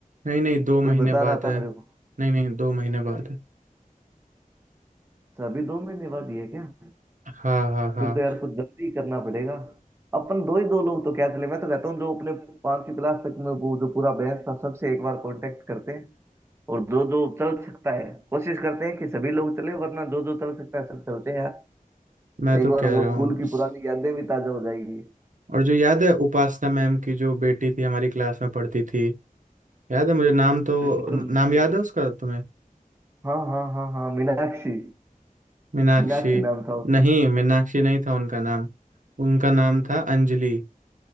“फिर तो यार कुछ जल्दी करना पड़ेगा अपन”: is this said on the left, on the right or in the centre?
Right